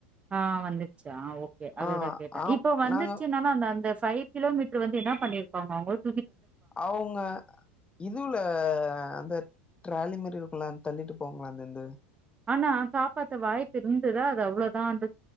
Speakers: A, on the right; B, on the left.
A: ஆ வந்துர்ச்சா ஓகே அதுதா
B: ஆ
A: கேட்டே
B: ஆ
A: இப்ப வந்துர்ச்சுனாலு
B: நாங்க
A: அந்த அந்த ஃபைவ் கிலோமீட்ரு வந்து என்ன பண்ணிரு பாங்க அவுங்க
B: அவுங்க இதுவுல அந்த ட்ராலி மாரி இருக்குல்ல அந் தள்ளிட்டு போவாங்களே அந்த இந்த
A: ஆனா காப்பாத்த வாய்ப்பு இருந் ததா அது அவ்ளொதான்ற